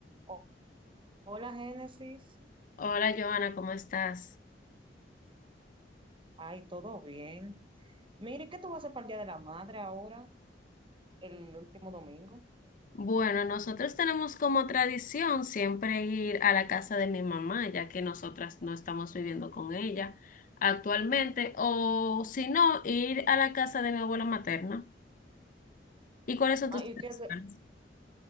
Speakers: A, on the right; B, on the left.
A: O- Hola, Génesis.
B: Hola Joana, ¿cómo estás?
A: Ay, todo bien. Mire, ¿qué tú vas a hacer para el Día de la Madre ahora, el último domingo?
B: Bueno, nosotros tenemos como tradición siempre ir a la casa de mi mamá, ya que nosotras no estamos viviendo con ella actualmente, o si no, ir a la casa de mi abuela materna. ¿Y cuáles son
A: Ay,
B: tus tradiciones?
A: que